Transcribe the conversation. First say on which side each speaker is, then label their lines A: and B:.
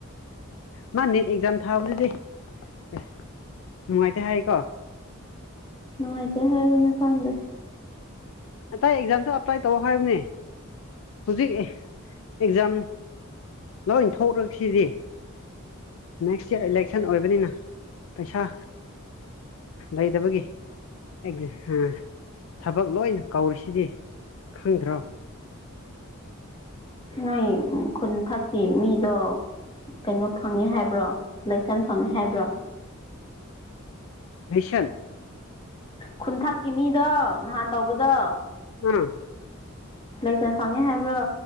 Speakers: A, on the left (about 65°); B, on the left (about 25°).
A: ꯃꯥ ꯅꯤꯠ ꯑꯦꯛꯖꯥꯝ ꯊꯥꯕꯗꯨꯗꯤ ꯑꯦ ꯅꯨꯡꯉꯥꯏꯇꯦ ꯍꯥꯏꯀꯣ
B: ꯅꯨꯡꯉꯥꯏꯇꯦ ꯍꯥꯏꯕꯅꯦ ꯈꯪꯗꯦ
A: ꯑꯇꯩ ꯑꯦꯛꯖꯥꯝꯁꯨ ꯑꯄ꯭ꯂꯥꯏ ꯇꯧ ꯍꯥꯏꯕꯅꯦ ꯍꯧꯖꯤꯛ ꯑꯦꯛꯖꯥꯝ ꯂꯣꯏ ꯊꯣꯛꯂꯁꯤꯗꯤ ꯅꯦꯛꯁ ꯏꯌꯥꯔ ꯏꯂꯦꯛꯁꯟ ꯑꯣꯏꯕꯅꯤꯅ ꯄꯩꯁꯥ ꯂꯩꯇꯕꯒꯤ ꯑꯦꯛ ꯍꯥ ꯊꯕꯛ ꯂꯣꯏꯅ ꯀꯧꯔꯤꯁꯤꯗꯤ ꯈꯪꯗ꯭ꯔꯣ
B: ꯅꯣꯏ ꯈꯨꯟ ꯊꯛꯀꯤ ꯃꯤꯗꯣ ꯀꯩꯅꯣ ꯐꯪꯉꯦ ꯍꯥꯏꯕ꯭ꯔꯣ ꯂꯥꯏꯁꯦꯟꯁ ꯐꯪ <unintelligible> ꯍꯥꯏꯕ꯭ꯔꯣ
A: ꯂꯤꯁꯟ
B: ꯈꯨꯟꯊꯛꯀꯤ ꯃꯤꯗꯣ ꯅꯍꯥꯟ ꯇꯧꯕꯗꯣ
A: ꯎꯝ
B: ꯂꯥꯏꯁꯟꯁ ꯐꯪꯉꯤ ꯍꯥꯏꯕ꯭ꯔꯣ